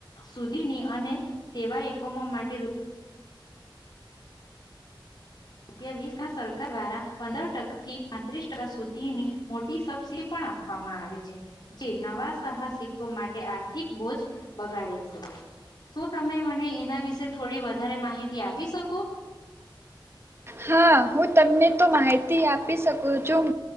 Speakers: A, on the left (about 55°); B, on the right (about 30°).
A: સુધીની અને સેવા એકમો માટે રૂપિયા વીસ સરકાર દ્વારા પંદર ટકા થી પાંત્રીસ ટકા સુધીની મોટી સબસીિડી પણ આપવામાં આવે છે જે નવા સાહસિકો માટે આર્થિક બોજ બગાડે છે શું તમે મને એના વિશે થોડી વધારે માહિતી આપી શકો
B: હા હું તમને તો માહિતી થી આપી શકું છું